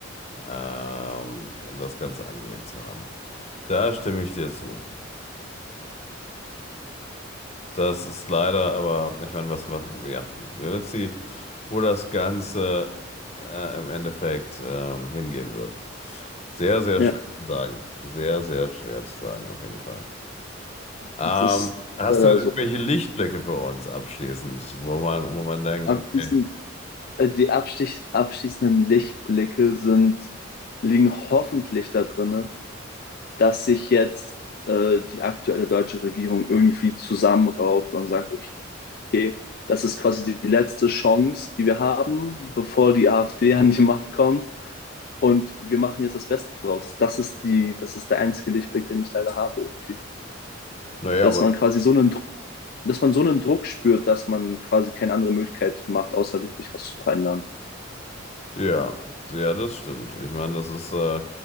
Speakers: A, on the left; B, on the left.
A: ähm, das Ganze angelegt zu haben. Da stimme ich dir zu. Das ist leider, aber ich meine, was, was, ja, wird sie, wo das Ganze äh, im Endeffekt ähm, hingehen wird. Sehr, sehr
B: ja,
A: schwer zu sagen. Sehr, sehr schwer zu sagen, auf jeden Fall. Ähm,
B: das ist
A: hast
B: leider
A: du denn irgendwelche
B: so.
A: Lichtblicke für uns abschließend, wo man, wo man denkt,
B: Abschließend,
A: okay,
B: äh, die abstich, abschließenden Lichtblicke sind, liegen hoffentlich da drinne, dass sich jetzt äh, die aktuelle deutsche Regierung irgendwie zusammenrauft und sagt, okay, okay, das ist quasi die letzte Chance, die wir haben, bevor die AfD an die Macht kommt. Und wir machen jetzt das Beste draus. Das ist die, das ist der einzige Lichtblick, den ich leider habe irgendwie.
A: naja,
B: Dass
A: aber
B: man quasi so einen Druck, dass man so einen Druck spürt, dass man quasi keine andere Möglichkeit macht, außer wirklich was zu verändern.
A: ja, ja, das stimmt. Ich meine, das ist, äh,